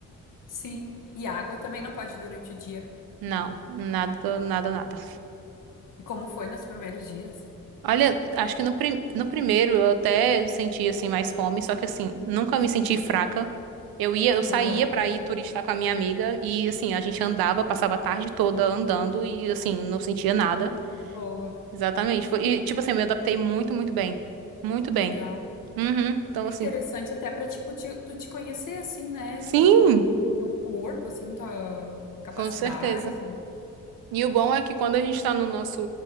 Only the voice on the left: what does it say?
Sim. E água também não pode durante o dia.
E como foi nos primeiros dias?
Sim.
Aham.
De boa.
Que
legal.
É
interessante até pra, tipo, te- tu te conhecer, assim, né?
Teu, teu corpo, assim, tua capacidade.